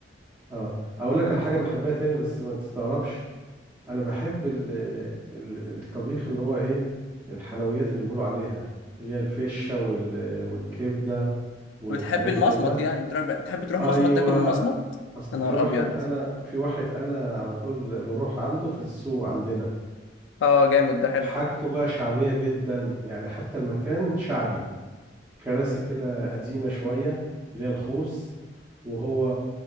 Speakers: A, on the right; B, on the left.
A: اه اقول لك على حاجه بحبها تاني بس ما تستغربش انا بحب ال... ال... الطبيخ اللي هو ايه الحلويات اللي بيقولوا عليها اللي هي الفشه وال... والكبده والحاجات
B: بتحب المصمت
A: دي كلها
B: يعني بتروح بتحب تروح
A: ايوه
B: مصمت تاكل المصمت
A: اصل
B: يا نهار
A: في واحد
B: ابيض
A: انا في واحد انا على طول بروح عنده في السوق عندنا
B: اه جامد ده حلو
A: حاجته بقى شعبيه جدا يعني حتى المكان شعبي كراسي كده قديمة شوية اللي هي الخوص وهو